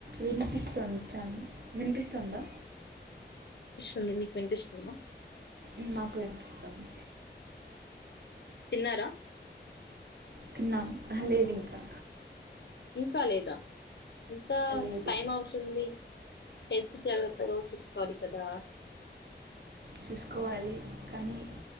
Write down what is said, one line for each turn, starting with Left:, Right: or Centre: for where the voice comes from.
Right: వినిపిస్తుంది చాల్ వినిపిస్తుందా?
Left: ఉంది మీక్ వినిపిస్తుందా?
Right: ఉమ్ మాకు వినిపిస్తుంది
Left: తిన్నారా?
Right: తిన్నామ్ అహ్ లేదింకా
Left: ఇంకా లేదా ఇంతా
Right: లేదు
Left: టైం అవుతుంది ఎత్ జాగ్రత్తగా ఉ చుసుకోవాలి కదా
Right: చూస్కోవాలి కానీ